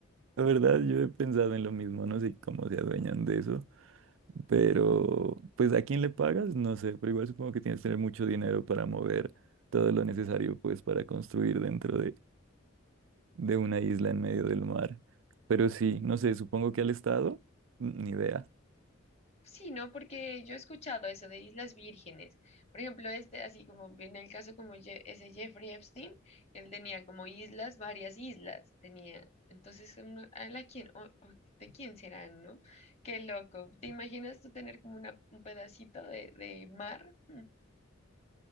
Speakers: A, on the right; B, on the left.
A: la verdad yo he pensado en lo mismo, no sé cómo se adueñan de eso, pero pues a quién le pagas, no sé, pero igual supongo que tienes que tener mucho dinero para mover todo lo necesario pues para construir dentro de una isla en medio del mar. Pero sí, no sé, supongo que al estado, mm, ni idea.
B: Sí, ¿no? Porque yo he escuchado eso de Islas Vírgenes. Por ejemplo, este, así como viene el caso como Je- ese Jeffrey Epstein, él tenía como islas, varias islas tenía. Entonces, uno- ¿a la quién, o, o de quién serán, no? Qué loco. ¿Te imaginas tú tener como una, un pedacito de, de mar? Hmm.